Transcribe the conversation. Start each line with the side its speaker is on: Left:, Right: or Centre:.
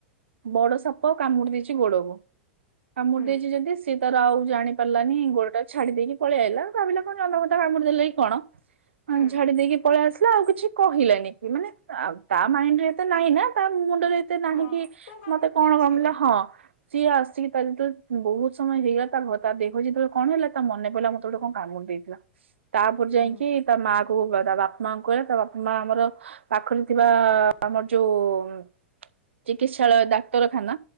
Right: ବଡ ସାପ କାମୁଡି ଦେଇେଇଛି ଗୋଡ କୁ କାମୁଡି
Left: ହୁଁ
Right: ଦେଇଛି ଯଦି ସ ତର ଆଉ ଜାଣି ପାରିଲାନି ଗୋଡଟା ଛାଡି ଦେଇକି ପଳେଇଆ ଆଲାଉ ଭାବିଲା କହ ଅମତା କାମ ଦେଲେ କି କଣ
Left: ହୁଁ।
Right: ଝାଡି ଦେଇକି ପଳେଇ ଆସିଲା ଆଉ କିଛି କହିଲାନି କି ମାନେ ତା ମାଇଣ୍ଡ ରେ ଏତେ ନାଇଁ ନା ତା ମୁଣ୍ଡରେ ଏତେ ନାହିଁ
Left: ହଁ
Right: କି
Left: କଣ କାମୁଡି
Right: ମତେ କଣ
Left: ଦେଇଛି
Right: କାମୁଡ଼ିଲା
Left: ଆଉ
Right: ହଁ। ସିଏ ଆସିକି ତାର ଯେ ବହୁତ ସମୟ ହେଇଗଲା ତା ଦେହ ଯେତେବେଳେ କଣ ହେଲା ତା ମନ ପିଲା ମତେ ଗଟେ କଣ କାମ ମୁଣ୍ଡେଇଥିଲା ତାପରେ ଯାଇକି
Left: ହୁଁ
Right: ତା ମା ପୁଅ କୁ ତା ବାପା ମାଆ ଙ୍କୁ କହିବା ତା ବାପା ମାଆ ଆମର ପାଖରେ ଥିବା ଆମର ଯୋଉ ଚିକିତ୍ସାଳୟ ଡାକ୍ତରଖାନା